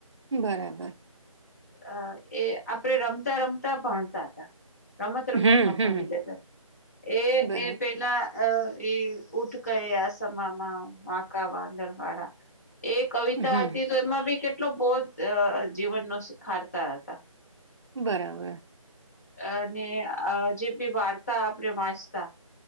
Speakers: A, on the right; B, on the left.
A: બરાબર.
B: અહ એ આપડે રમતા રમતા ભણતા હતા. રમત રમતમાં
A: હમ હમ
B: ભણી લેતા એ
A: બરા
B: એ પેલા અહ એ ઉઠ કયા સમા માં વાંકા વાદળ વાળા એક કવિતા
A: હમ
B: હતી તો એમાં બી કેટલો બૌધ અહ જીવનનો શીખાડતા હતા.
A: બરાબર.
B: અને અહ જે બી વાર્તા આપણે વાંચતા